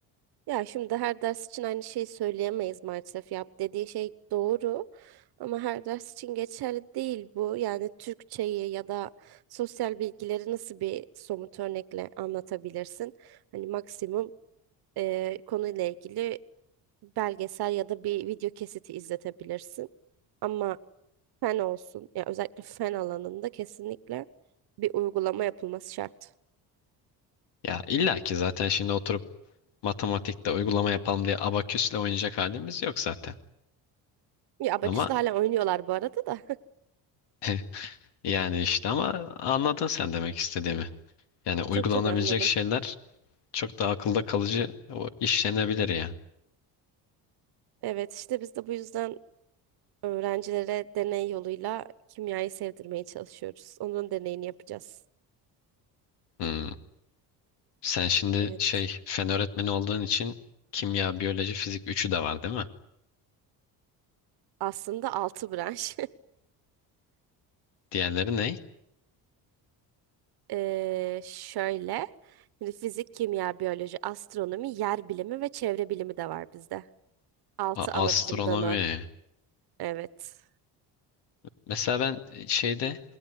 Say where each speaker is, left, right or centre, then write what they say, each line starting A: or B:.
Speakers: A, on the right (about 60°); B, on the left (about 75°).
A: Ya şimdi her ders için aynı şeyi söyleyemeyiz maalesef. Yap dediği şey doğru ama her ders için geçerli değil bu. Yani Türkçeyi ya da sosyal bilgileri nasıl bir somut örnekle anlatabilirsin? Hani maksimum eee, konuyla ilgili belgesel ya da bir video kesiti izletebilirsin. Ama fen olsun ya özellikle fen alanında kesinlikle bir uygulama yapılması şart.
B: Ya illa ki zaten şimdi oturup matematikte uygulama yapalım diye abaküsle oynayacak halimiz yok zaten.
A: Ya abaküsle
B: Ama
A: hala oynuyorlar bu arada da. <laughs>
B: <laughs> yani işte ama anladın sen demek istediğimi. Yani uygulanabilecek
A: Tabii tabii anladım.
B: şeyler çok da akılda kalıcı o işlenebilir ya.
A: Evet işte biz de bu yüzden Öğrencilere deney yoluyla kimyayı sevdirmeye çalışıyoruz. Onun deneyini yapacağız.
B: Hmm. Sen şimdi
A: Evet.
B: şey fen öğretmeni olduğun için kimya, biyoloji, fizik üçü de var değil mi?
A: Aslında altı branş. <laughs>
B: Diğerleri ne?
A: Ee, şöyle. şimdi Fizik, kimya, biyoloji, astronomi, yer bilimi ve çevre bilimi de var bizde. Altı
B: A-
A: ana
B: astronomi.
A: bilim dalı. Evet.
B: Mesela ben e, şeyde